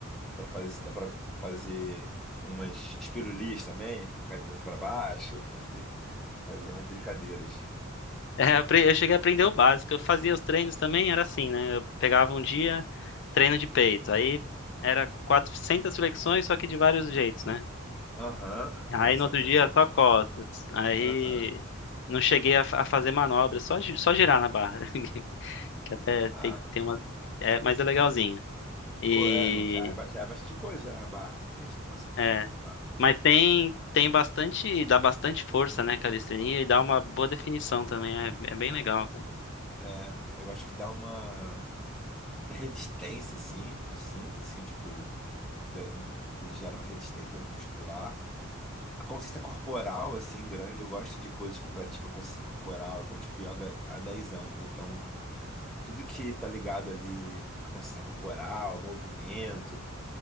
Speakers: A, in the centre; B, on the left.
A: dá para fazer, dá para fazer umas espirulias também, ficar de cabeça para baixo, <laughs> fazer, fazer umas brincadeiras.
B: É, eu apre- eu cheguei a aprender o básico. Eu fazia os treinos também, era assim, né? Eu pegava um dia, treino de peito. Aí era 400 flexões, só que de vários jeitos, né?
A: Aham, ah, flexão,
B: Aí no outro
A: flexão,
B: dia só
A: flexão.
B: costas. Aí
A: Aham,
B: não cheguei a, fa- a fazer manobra, só, gi- só girar na barra, <laughs>
A: já.
B: que até
A: Ah,
B: tem, tem uma. É, mas é legalzinho. E
A: pô, é, não, já é, ba- já é bastante coisa girar na barra. Muita gente não consegue
B: é,
A: girar na barra.
B: mas tem tem bastante, dá bastante força, né, calistenia e dá uma boa definição também, é, é bem legal, cara.
A: É, eu acho que dá uma, muita resistência, assim, eu sinto, assim, tipo, ga- gera uma resistência muscular. A consciência corporal, assim, grande, eu gosto de coisas que praticam consciência corporal, eu pratico yoga há 10 anos, então, tudo que tá ligado ali à consciência corporal, ao movimento,